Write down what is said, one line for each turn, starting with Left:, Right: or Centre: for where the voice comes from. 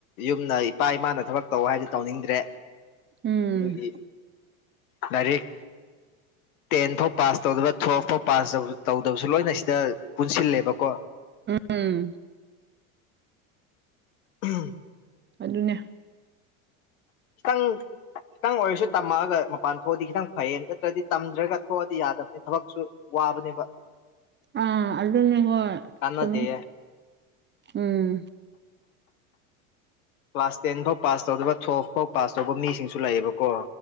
Left: ꯌꯨꯝꯅ ꯏꯄꯥ ꯏꯃꯥꯅ ꯊꯕꯛ ꯇꯧ ꯍꯥꯏꯗꯤ ꯇꯧꯅꯤꯡꯗ꯭ꯔꯦ
Right: ꯎꯝ
Left: ꯑꯗꯨꯒꯤ ꯂꯥꯏꯔꯤꯛ ꯇꯦꯟ ꯐꯥꯎ ꯄꯥꯁ ꯇꯧꯗꯕ ꯇꯨꯋꯜꯐ ꯐꯥꯎ ꯄꯥꯁ ꯇꯧꯗꯕꯁꯨ ꯂꯣꯏꯅ ꯁꯤꯗ ꯄꯨꯟꯁꯤꯜꯂꯦꯕꯀꯣ
Right: ꯎꯝ
Left: ꯎꯝ
Right: ꯑꯗꯨꯅꯦ
Left: ꯀꯪ ꯈꯤꯇꯪ ꯑꯣꯏꯔꯁꯨ ꯇꯝꯃꯛꯑꯒ ꯃꯄꯥꯟ ꯊꯣꯛꯑꯗꯤ ꯈꯤꯇꯪ ꯐꯩꯌꯦ ꯅꯠꯇ꯭ꯔꯗꯤ ꯇꯝꯗ꯭ꯔꯒ ꯊꯣꯛꯑꯗꯤ ꯌꯥꯗꯕꯅꯤ ꯊꯕꯛꯁꯨ ꯋꯥꯕꯅꯦꯕ
Right: ꯑꯥ ꯑꯗꯨꯅꯤ ꯍꯣꯏ
Left: ꯀꯥꯟꯅꯗꯦ
Right: ꯆꯨꯝꯃꯤ ꯎꯝ
Left: ꯀ꯭ꯂꯥꯁ ꯇꯦꯟ ꯐꯥꯎ ꯄꯥꯁ ꯇꯧꯗꯕ ꯇꯨꯋꯦꯜꯞ ꯐꯥꯎ ꯄꯥꯁ ꯇꯧꯕ ꯃꯤꯁꯤꯡꯁꯨ ꯂꯥꯛꯑꯦꯕꯀꯣ